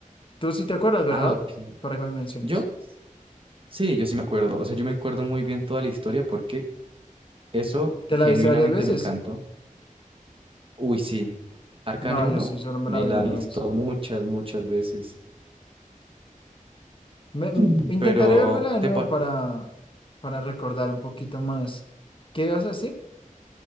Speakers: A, on the left (about 35°); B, on the right (about 40°).
A: Tú sí te acuerdas, ¿verdad?
B: ah, ok.
A: Para que me menciones.
B: Yo, sí, yo sí me acuerdo. O sea, yo me acuerdo muy bien toda la historia porque eso
A: ¿Te
B: genuinamente
A: la viste varias veces?
B: me encantó. Uy, sí. Arcane
A: No,
B: uno
A: yo sí, solo me
B: me
A: la vi
B: la
A: una
B: he visto
A: vez.
B: muchas, muchas veces.
A: Me, me
B: Sí.
A: intentaré
B: Pero
A: vérmela de
B: te,
A: nuevo
B: pa-
A: para, para recordar un poquito más. ¿Qué ibas a decir?